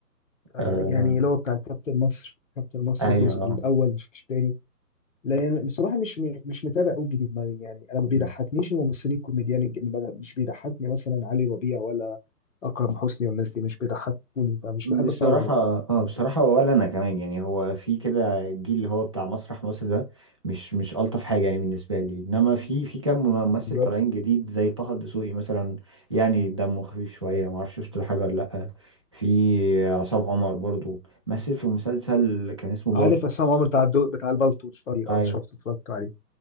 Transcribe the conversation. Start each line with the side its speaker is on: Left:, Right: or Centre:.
Left: آه،
Right: آه...
Left: يعني اللي هو بتاع كابتن مصر كابتن مصر
Right: ايوه
Left: الجزء الاول مش الثاني لان بصراحه مش مش متابع قوي جديد ما- يعني انا ما بيضحكنيش
Right: مم.
Left: الممثلين الكوميديان الج- اللي مش بيضحكني مثلا علي ربيع ولا اكرم حسني والناس دي مش بيضحكوني فمش
Right: بصراحة
Left: بحب اتفرج عليهم
Right: اه بصراحة ولا انا كمان يعني هو في كده الجيل اللي هو بتاع مسرح مصر ده مش مش الطف حاجة يعني بالنسبة لي انما في في كام ممثل
Left: بالظبط
Right: طالعين جديد زي طه الدسوقي مثلا يعني دمه خفيف شوية ما اعرفش شفت له حاجة ولا لأ في عصام عمر برضو مثل في مسلسل كان اسمه بالطو
Left: عارف عصام عمر بتاع الدو... بتاع البلطو شفت- اه
Right: ايوه
Left: شفت اتفرجت عليه